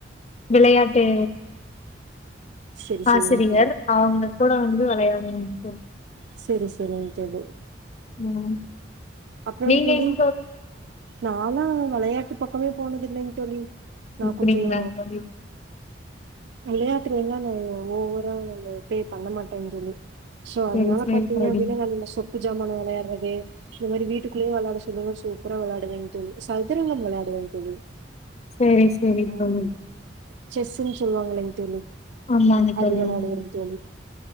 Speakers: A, on the left; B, on the right.
A: விளையாட்டு
B: செரி செரிங்க
A: ஆசிரியர்
B: தோழி
A: அவங்க தூட வந்து வெளையாடனு தோ
B: செரி செரிங்க தோழி
A: ம்
B: அப்புறம்
A: நீங்க
B: தோழி
A: எங்க
B: நாலாம் வெளயாட்டு பக்கமே போனதுல்லைங் தோழி நா
A: இப்டிங்களா
B: கொஞ்சம்
A: தோழி
B: விளயாட்றீங்களா <unintelligible> ஓவரா நாங்க பே பண்ண மாட்டேன் தோழி சோ
A: சேரி
B: அதனால
A: சேரி
B: பாத்தீங்கா
A: தோழி
B: அப்டினா நாங்க இந்த சொப்பு ஜாமா வெளயாடுறது அதுமாரி வீட்டுக்குள்ளே வெளாட சொல்லுங்க சொ ப்பறோ வெளாடுவென் தோழி சதுரங்கம் விளையாடுவேன் தோழி
A: சேரி சேரி
B: உம்
A: தோழி
B: செஸ்சுன்னு சொல்லுவாங்களேங் தோழி
A: ஆமாங்க
B: அது
A: தோழி
B: விளையாடுவேன்
A: ம்
B: தோழி